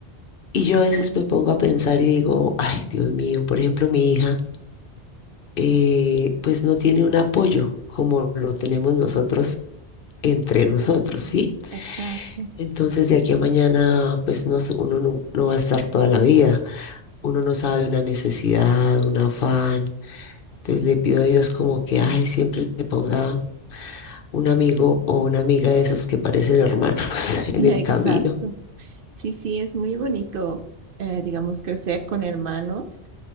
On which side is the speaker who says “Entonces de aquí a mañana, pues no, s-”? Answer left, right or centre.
Left